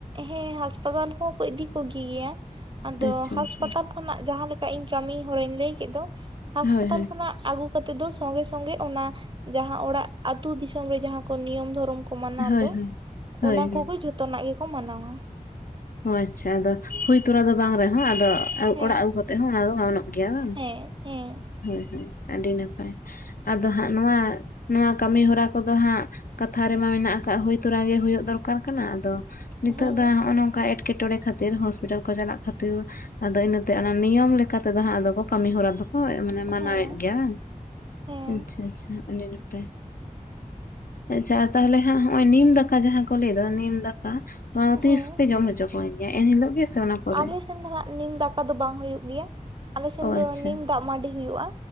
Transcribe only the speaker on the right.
ᱦᱮᱸ ᱦᱟᱸᱥᱯᱟᱛᱟᱞ ᱠᱚᱦᱚᱸ ᱠᱚ ᱤᱫᱤ ᱠᱚ ᱜᱮᱭᱟ ᱟᱫᱚ
ᱦᱟᱸᱟᱥᱯᱟᱛᱟᱞ
ᱠᱷᱚᱱᱟᱜ ᱡᱟᱦᱟᱸ ᱞᱮᱠᱟ ᱤᱧ ᱠᱟᱹᱢᱤ ᱦᱚᱨᱟᱹᱧ ᱞᱟᱹᱭ ᱠᱮᱫ ᱫᱚ ᱦᱟᱸᱟᱥᱯᱟᱛᱟᱞ
ᱠᱷᱚᱱᱟᱜ ᱠᱟᱛᱮ ᱫᱚ ᱥᱚᱝᱜᱮ-ᱥᱚᱝᱜᱮ ᱚᱱᱟ ᱡᱟᱦᱟᱸ ᱚᱲᱟᱜ ᱟᱹᱛᱩ ᱫᱤᱥᱚᱢ ᱨᱮ ᱡᱟᱦᱟᱸ ᱠᱚ ᱱᱤᱭᱚᱢ ᱫᱷᱚᱨᱚᱢ ᱢᱟᱱᱟᱣ
ᱫᱚ
ᱚᱱᱟ
ᱠᱚᱜᱮ ᱡᱚᱛᱚᱱᱟᱜ ᱜᱮᱠᱚ ᱢᱟᱱᱟᱣᱟ᱾
ᱦᱮᱸ
ᱦᱮᱸ ᱦᱮᱸ
ᱦᱮᱸ
ᱦᱮᱸ
ᱦᱮᱸ
ᱦᱮᱸ
ᱟᱞᱮ ᱥᱮᱱ ᱫᱚ ᱦᱟᱸᱜ ᱱᱤᱢ ᱫᱟᱠᱟ ᱫᱚ ᱵᱟᱝ ᱦᱩᱭᱩᱜ ᱜᱮᱭᱟ ᱟᱞᱮ ᱥᱮᱱ
ᱫᱚ
ᱱᱤᱢ ᱫᱟᱜ ᱢᱟᱸᱰᱤ ᱦᱩᱭᱩᱜᱼᱟ᱾